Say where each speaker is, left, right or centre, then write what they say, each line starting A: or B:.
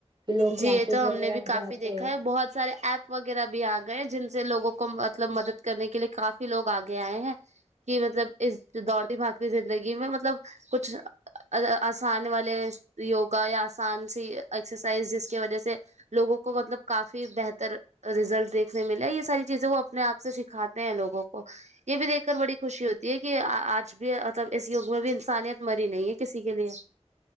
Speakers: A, on the right; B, on the right.
A: کہ لوگ کلاسز
B: جی یہ تو ہم
A: وغیرہ
B: نے بھی کافی
A: جاتے
B: دیکھا
A: ہیں
B: ہے بہت سارے ایپ وغیرہ بھی آ گئے جن سے لوگوں کو مطلب مدد کرنے کے لیے کافی لوگ آگے آئے ہیں کی مطلب اس ڈورتی بکھتی رندگی میں مطلب کچھ آسان والے یوگا یا آسان سی ایکسرسائز سائز جس کی وجہ سے لوگوں کو مطلب کافی بہتر ریزلٹ دیکھنے میلہ یہ ساری چیزیں وہ اپنے آپ سے سکھاتے ہیں لوگوں کو یہ بھی دیکھ کر بڑی خوشی ہوتی ہے کہ آج بھی مطلب اس یگ میں بھی انسانیت میری نہیں ہے کسی کے لیے